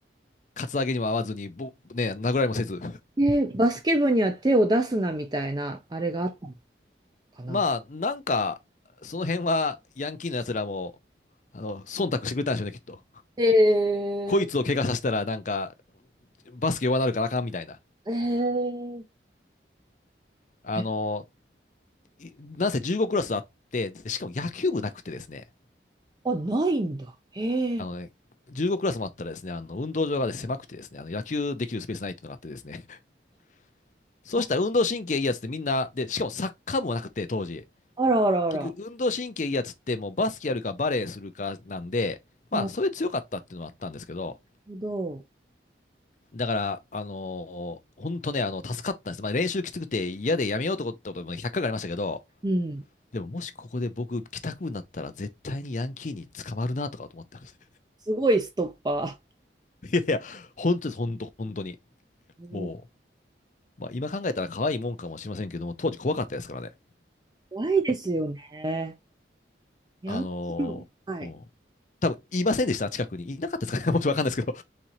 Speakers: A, on the left; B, on the right.
A: カツアゲにも合わずに、ぼ、ね、殴られもせず。
B: で、バスケ部には手を出すなみたいな、あれがあったの
A: <laughs>
B: かな。
A: まあ、なんか、その辺はヤンキーのやつらも、あの、忖度してくれたんでしょうね、きっと。
B: へ
A: こいつを怪我させたら、
B: え
A: なんか、バスケ弱なるからあかんみたいな。
B: ー、えー、
A: あの、
B: え
A: いなんせ15クラスあって、でしかも野球部なくてですね、
B: あ、ないんだ。へえー。
A: あのね、15クラスもあったらですね、あの、運動場が、ね、狭くてですね、あの、野球できるスペースないっていうのがあってですね、<laughs> そうしたら運動神経いいやつってみんな、
B: あ、
A: で、しかもサッカー部もなくて、当時。
B: あらあらあら。
A: 結局、運動神経いいやつってもうバスケやるかバレーするかなんで、まあ、
B: なる
A: それ強かったっていうのもあったんですけど、
B: ほど。
A: だから、あのー、本当ね、あの、助かったんです。まあ、練習きつくて嫌でやめようと思ったことも100回ぐらいありましたけど、
B: うん。
A: でももしここで僕、帰宅部になったら絶対にヤンキーに捕まるなとかと思ってます。
B: すごいストッパ
A: <laughs> いやいや、本当です、本当、本当に。
B: ー。うん
A: もう、まあ、今考えたら可愛いもんかもしれませんけども、当時怖かったですからね。
B: 怖いですよね。ヤンキー。
A: あのー、
B: はい。
A: うん多分いませんでした、近くに。いなかったですかね、<laughs> もちろんわかんないですけど。